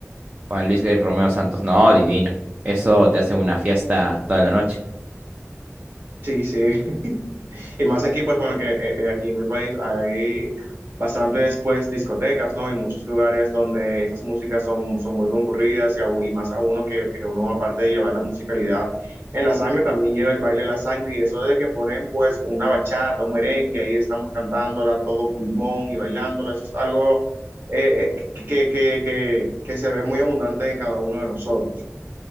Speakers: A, on the right; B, on the right.
A: Juan Luis Guerra y Romeo Santos, no, divino. Eso te hace una fiesta toda la noche.
B: Sí, sí. Y más aquí, pues bueno, que eh, eh, aquí en mi país hay bastantes pues discotecas, ¿no? Y muchos lugares donde esas músicas son, son muy concurridas y, aún- y más a uno que, que uno aparte de llevar la musicalidad en la sangre, también lleva el baile en la sangre y eso de que ponen pues una bachata, un merengue, ahí estamos cantándola a todo pulmón y bailándola, eso es algo eh, eh, que, que, que, que que se ve muy abundante en cada uno de nosotros.